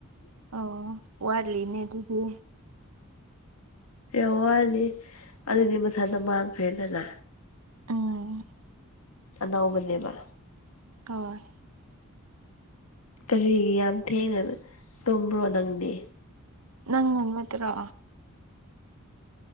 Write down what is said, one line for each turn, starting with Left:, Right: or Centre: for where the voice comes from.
Right: ꯑꯣ ꯋꯥꯠꯂꯤꯅꯦ ꯑꯗꯨꯗꯤ
Left: ꯑꯦ ꯌꯥꯝ ꯋꯥꯠꯂꯤ ꯑꯗꯨꯗꯤ ꯃꯊꯟꯇ ꯃꯥꯡꯈ꯭ꯔꯦꯗꯅ
Right: ꯑꯝ
Left: ꯑꯅꯧꯕꯅꯦꯕ
Right: ꯍꯣꯏ
Left: ꯀꯔꯤꯒꯤ ꯌꯥꯝ ꯊꯦꯡꯅ ꯇꯨꯝꯕ꯭ꯔꯣ ꯅꯪꯗꯤ
Right: ꯅꯪ ꯉꯥꯝꯒꯗꯔꯣ